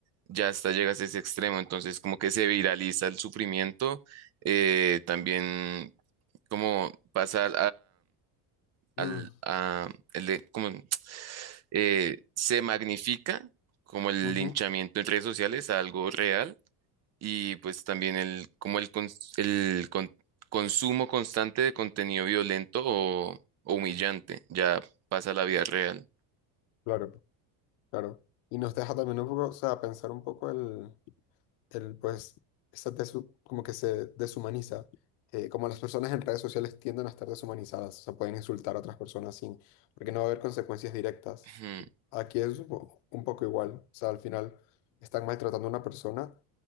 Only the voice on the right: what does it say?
ya hasta llegas a ese extremo. Entonces como que se viraliza el sufrimiento, eh, también como pasa al,
a- el de- como, <tsk> eh, se magnifica como el
linchamiento en redes sociales a algo real y pues también el, como el, cons- el con- consumo constante de contenido violento o, o humillante ya pasa a la vida real.
Ujú,